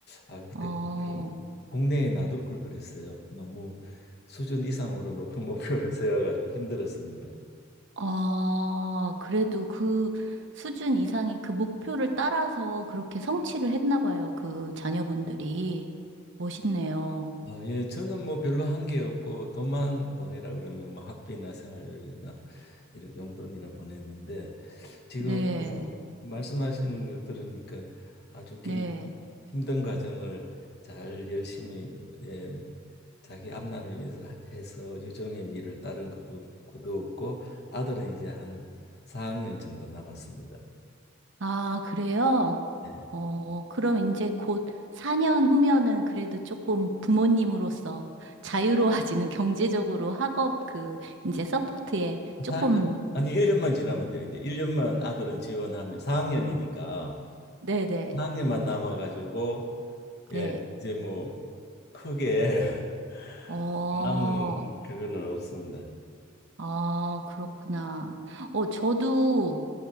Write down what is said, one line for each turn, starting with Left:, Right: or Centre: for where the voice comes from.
Left: 아 그때
Right: 어,
Left: 음, 국내에 놔둘 걸 그랬어요. 너무 수준 이상으로 높은 <laughs> 목표를 세워가지고 힘들었습니다.
Right: 아, 그래도 그 수준 이상의 그 목표를 따라서 그렇게 성취를 했나 봐요. 그 자녀분들이. 멋있네요.
Left: 아, 예, 저는 뭐 별로 한 게 없고 돈만 보내라 그러면 뭐 학비나 생활비나 이런 용돈이나 보냈는데 지금
Right: 네,
Left: 그 말씀하시는 거 들으니까 아주 굉-
Right: 네.
Left: 힘든 과정을 잘 열심히 예, 자기 앞날을 위해서 해서 유종의 미를 따른 그도 그도 없고 아들은 이제 한 4학년 정도 남았습니다.
Right: 아, 그래요?
Left: 예.
Right: 어, 그럼 이제 곧 4년 후면은 그래도 조금 부모님으로서 자유로워지는 <laughs> 경제적으로 학업 그 이제 서포트에 조금,
Left: 사 학년 아니 1년만 지나면 돼요. 이제 1년만 아들은 지원하면 4학년이니까
Right: 네네,
Left: 4학년만 남아 가지고 예,
Right: 네.
Left: 이제 뭐 크게 <laughs>
Right: 어,
Left: 남은 그거는 없습니다.
Right: 아, 그렇구나. 어, 저도